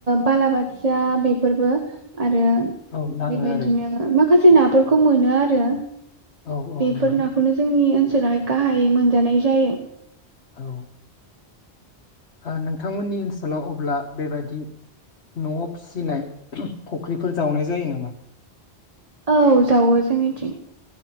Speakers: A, on the right; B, on the left.
A: बालाबाथिया बेफोरबो। आरो
B: औ नाङो
A: बेबायदिनो
B: आरो
A: मा खासे नाफोरखौ मोनो आरो।
B: औ औ
A: बेफोर
B: नंगौ
A: नाखौनो जोंनि ओन सोलाहाय गाहायै मोनजानाय जायो।
B: औ। ओ नोंथांमोननि ओनसोलाव अब्ला बेबादि न'आव फिसिनाय फुख्रिफोर जावनाय जायो नामा?
A: औ जावो जोंनिथिं।